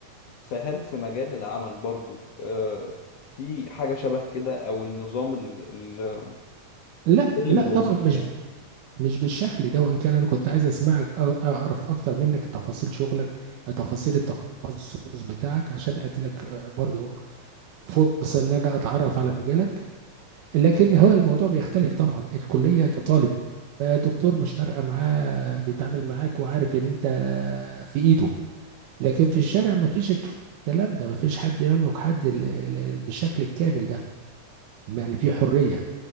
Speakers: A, on the left; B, on the right.
A: فهل في مجال العمل برضو آه، في حاجة شبه كده أو النظام ال- ال-
B: لا
A: السلم
B: لا
A: الوظيفي
B: طبعا مش
A: يعني
B: ب- مش بالشكل ده وان كان انا كنت عايز اسمعك أ- اعرف اكتر منك تفاصيل شغلك تفاصيل التخصص بتاعك عشان ادي لك برضو فرصه ان انا اتعرف على مجالك لكن هو الموضوع بيختلف طبعا الكليه انت طالب الدكتور مش فارقه معاه بيتعامل معاك وعارف ان انت في ايده لكن في الشارع ما فيش الكلام ده ما فيش حد يملك حد ال- ال- ال- بالشكل الكامل ده يعني في حريه